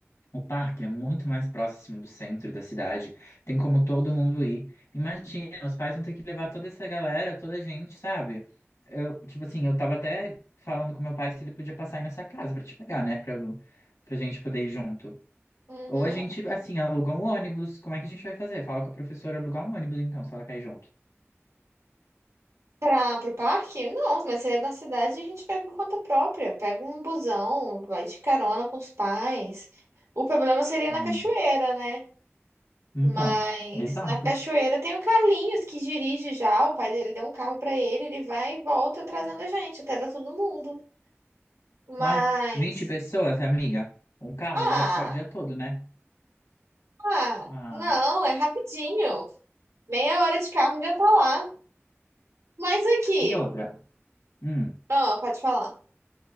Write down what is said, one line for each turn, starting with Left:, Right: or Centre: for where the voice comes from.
Left: O parque é muito mais próximo do centro da cidade. Tem como todo mundo ir. Imagina, os pais vão ter que levar toda essa galera, toda a gente, sabe? Eu, tipo assim, eu tava até falando com meu pai se ele podia passar aí nessa casa pra te pegar, né? Pra, pra gente poder ir junto.
Right: Uhum.
Left: Ou a gente, assim, aluga um ônibus. Como é que a gente vai fazer? Fala com a professora alugar um ônibus, então, se ela cair junto.
Right: Pra, pro parque? Não, mas se é da cidade, a gente vai por conta própria. Pega um busão, vai de carona com os pais. O problema seria
Left: Hum,
Right: na cachoeira, né?
Left: Então,
Right: Mas
Left: exato.
Right: na cachoeira tem o Carlinhos que dirige já, o pai dele deu um carro pra ele, ele vai e volta trazendo a gente, até dá todo mundo. Mas.
Left: Ai, 20 pessoas, amiga. Um carro,
Right: Ah,
Left: ele vai ficar o dia todo, né?
Right: ah,
Left: Ah,
Right: não, é rapidinho. Meia hora de carro já tá lá. Mas aqui,
Left: e outra? Hum.
Right: ah, pode falar.